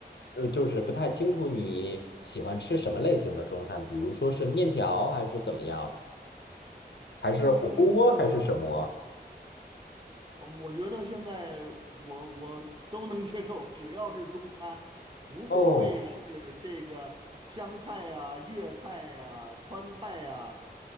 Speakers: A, on the left (about 80°); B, on the right (about 30°).
A: 呃，就是不太清楚你喜欢吃什么类型的中餐，比如说是面条还是怎么样，还是火锅还是什么？
B: 嗯，我觉得现在我我都能接受，只要是中餐，无所谓是这个湘菜呀、
A: 哦
B: 粤菜呀、川菜呀。